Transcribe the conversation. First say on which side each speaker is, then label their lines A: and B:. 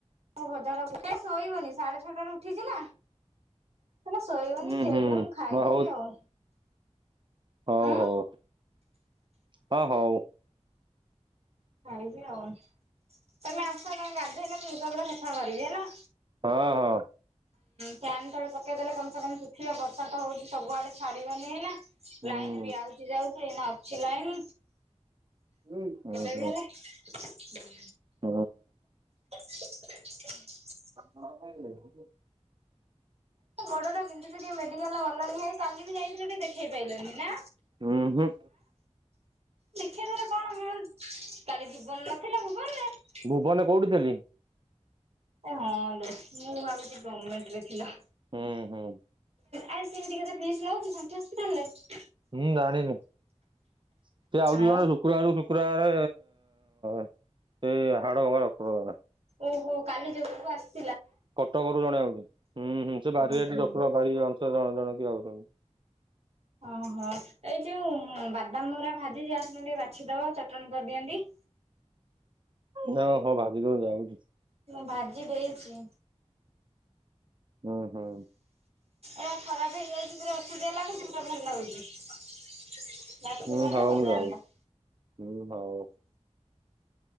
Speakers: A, on the right; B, on the right.
A: ମୁଁ ଭଜା ଡ଼ା ସେ ଶୋଇିବନି ସାଢ଼େ ଛଟାରୁ ଉଠିଚି ନା ଏଇଲେ
B: ହୁଁ
A: ଶୋଇବନି ଖେଳିବନି
B: ହୁଁ
A: ଖାଇବନି
B: ହଉ
A: ଆଉ।
B: ହଉ,
A: ହୁଁ
B: ହଉ, ହଁ ହଉ।
A: ଖାଇବି ଆଉ, ତମେ ଆସ ତମେ ଗାଧେଇଲେ ମୁଁ ଲୁଗାପଟା ସେଫା କରିବି ହେଲା।
B: ହଁ, ହଁ।
A: ଫ୍ୟାନ୍ ତେଳେ ପକେଇଦେଲେ କମ୍ ସେ କମ୍ ଶୁଖିବ ବର୍ଷା ତ ହଉଚି ସବୁଆଡ଼େ ଛାଡିବନି ଏଇନା।
B: ହୁଁ
A: ଲାଇନ୍ ବି ଆଉଚି ଯାଉଚି ଏଇନା ଅଛି ଲାଇନ୍।
B: ହୁଁ, ହୁଁ।
A: <unintelligible>
B: ହୁଁ।
A: <inaudible>
B: କଣ ଖାଇଲକି?
A: ଗୋଡ଼ଟା ବିନ୍ଧୁଚି ଯେ ମେଡି଼କାଲ ଗଲନି କାଲି ବି ଯାଇଥିଲ ଟିକେ ଦେଖେଇ ପାରଲନି ନା।
B: ହୁଁ, ହୁଁ।
A: ଦେଖିଇ ଦେଲେ କଣ ହଅ କାଲି ଜୀବନ ନଥିଲା ଭୂବନ୍ ରେ।
B: ଭୁବନରେ କୋଉଠି ଥିଲି
A: ହଁ ଲୋ, ମୁଁ ଭାବୁଚି ଗମେଣ୍ଟରେ ଥିଲା।
B: ହୁଁ, ହୁଁ।
A: ଆଉ ସେମିତିକା ତା ଫ୍ରିଜ୍ ନେଇ ଆସିଲେ <unintelligible>
B: ମୁଁ ଜଣିନି ସେ ଆଉଚି
A: ଆଉ
B: ଜଣେ ଶୁକ୍ରବାର କୁ ଶୁକ୍ର ବାରେ ସେଇ ହାଡ଼ ଭଙ୍ଗା ଡ଼କ୍ତର ଜଣେ।
A: ଓହୋ କାଲି ଯୋଗୁକୁ ଆସି।
B: କଟକରୁ ଜଣେ ଆଉଛି ହୁଁ, ହୁଁ ସେ ବାରି
A: ଓହୋ
B: ଏଇଠି ଡକ୍ଟର ଙ୍କ ବାରି ତ ଜଣେ ଜଣେ କି ଆଉଛନ୍ତି।
A: ଓହୋ ଏଇ ଯୋଉ ବାଦାମ ଗୁରା ଭାଜିଚି ଆସୁନ ଟିକେ ବାଛିଦବା ଚଟଣି କରିଦିଅନ୍ତି।
B: ହଁ, ହଁ ଭାଜିଦିଅ ଯାଉଛି।
A: ଭାଜି ଦେଇଛି।
B: ଉଁ, ହୁଁ।
A: ଏରା ଖରା ଦିଆ ହେଇକି ଆଇଛି ଓସଦିଆ ଲାଗୁଛି ପୁରାଭଲ ଲାଗୁଛି। ବାଛି
B: ହୁଁ
A: ଦେଲେ
B: ହଉ
A: ହେଇଯାନ୍ତା।
B: ମୁଁ ଯାଉଛି ହୁଁ ହଉ